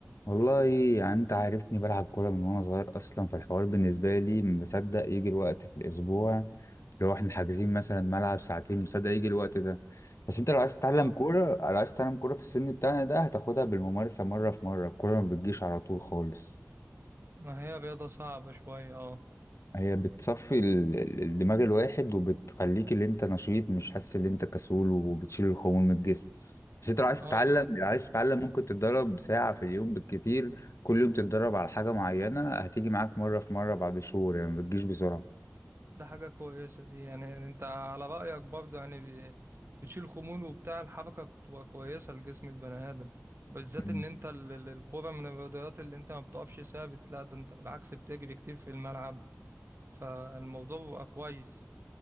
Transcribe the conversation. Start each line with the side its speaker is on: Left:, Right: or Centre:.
Left: والله يعني انت عارفني بلعب كورة من وانا صغير اصلا فالحوار بالنسبة لي مصدق يجي الوقت في الاسبوع لو احنا حاجزين مثلا ملعب ساعتين مصدق يجي الوقت ده بس انت لو عايز تتعلم
Right: اه
Left: كورة لو عايز تتعلم كورة في السن بتاعنا ده هتاخدها بالممارسة مرة في مرة الكورة ما بتجيش على طول خالص
Right: ما هي رياضة صعبة شوية اه
Left: هي بتصفي ال- ال- الدماغ الواحد وبتخليك اللي انت نشيط مش حاسس ان انت كسول وبتشيل الخمول من الجسم بس انت لو عايز
Right: اه
Left: تتعلم لو عايز تتعلم ممكن تتدرب ساعة في اليوم بالكتير كل يوم تتدرب على حاجة معينة هتيجي معاك مرة في مرة بعد شهور يعني ما بتجيش بسرعة
Right: ده حاجة كويسة دي يعني انت على رأيك برضه يعني ب- بتشيل خمول وبتاع الحركة بتبقى كويسة لجسم البني آدم بالذات
Left: مم.
Right: ان انت ال- ال- الكورة من الرياضيات اللي انت ما بتقفش ثابت لا ده انت بالعكس بتجري كتير في الملعب فالموضوع بيبقى كويس